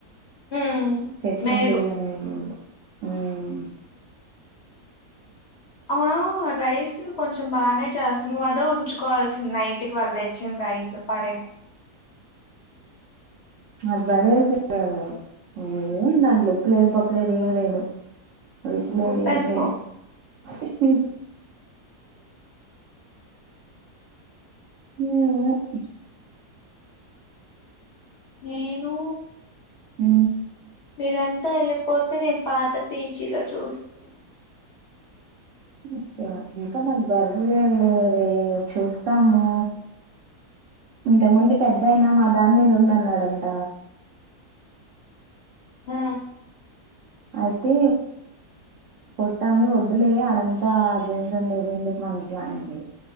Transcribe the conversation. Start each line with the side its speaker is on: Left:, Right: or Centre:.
Left: మ్మ్
Right: తెచ్చుకున్న
Left: మేలు
Right: బిరియానినీ హ్మ్ అ
Left: అమ్మ రైస్ కొంచెం బానే చేస్తు నువ్వు అదో ఉంచుకోవాల్సింది నైట్కి వెళ్ళ తెచ్చిరా రైస్ తో పడే
Right: ఆ పడేసిమని ఏమి దాంట్లో ఉప్పు లేదు పప్పు లేదు ఏమి లేదు రచంట
Left: ఉప్పేసుకో
Right: <unintelligible> ఆ <unintelligible>
Left: నేను
Right: మ్
Left: మీరంతా వెళ్ళిపోతే నేను పాత పిజీలో చూసుకుంట
Right: ఓకే ఇంకా మాకు దొరకలేరే చూస్తాము ఇంత ముందు పెద్ద అయినా మా దాని మీద ఉంద అన్నాడంట
Left: ఆ
Right: అయితే పొట్టామి వద్దులే అడంతా జన్సండేది ఎందుకు మనకి అనండి